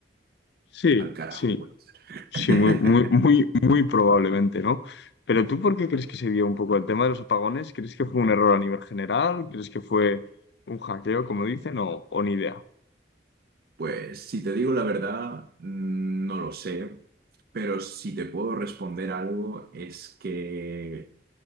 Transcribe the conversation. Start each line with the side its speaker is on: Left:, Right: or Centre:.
Left: Sí,
Right: al carajo,
Left: sí.
Right: puede ser.
Left: Sí, muy, muy, muy,
Right: <laughs>
Left: muy probablemente, ¿no? Pero tú, ¿por qué crees que se dio un poco el tema de los apagones? ¿Crees que fue un error a nivel general? ¿Crees que fue un hackeo, como dicen, o, o ni idea?
Right: Pues si te digo la verdad, mm, no lo sé, pero si te puedo responder algo es que...